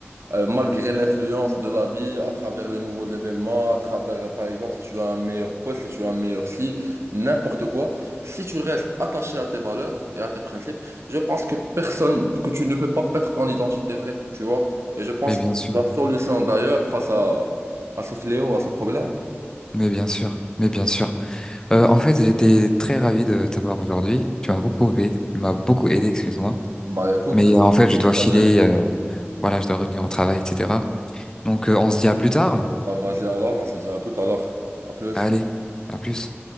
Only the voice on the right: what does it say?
euh, malgré l'influence de la vie, à travers les nouveaux événements, à travers, par exemple, si tu as un meilleur poste, si tu as un meilleur si, n'importe quoi, si tu restes attaché à tes valeurs et à tes principes, je pense que personne, que tu ne peux pas perdre ton identité vraie, tu vois. Et je pense
que c'est
la solution d'ailleurs face à, à ce fléau, à ce problème.
Bah écoute,
le
partager.
Bah vas-y alors, on se dit à tout à l'heure. À plus.